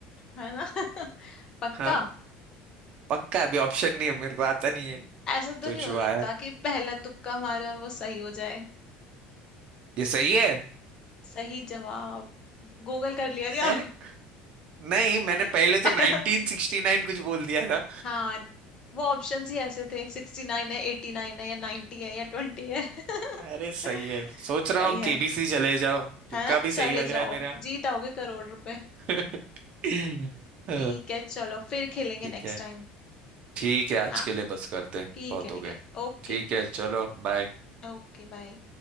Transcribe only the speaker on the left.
है ना <laughs> पक्का
ऐसा तो
नहीं हो
सकता
कि पहला तुक्का मारे और वो सही हो जाए
सही जवाब गूगल कर लिया क्या
<laughs>
हाँ वो ऑप्शंस ही ऐसे थे सिक्सटी नाइन है एटी नाइन है या नाइन्टी है या ट्वेंटी है
<laughs>
सही
है
है ना
चले
जाओ
जीत आओगे करोड़ रुपए।
ठीक है चलो फिर खेलेंगे
नेक्स्ट
टाइम
हाँ
ठीक
है ठीक
है ओके
Okay bye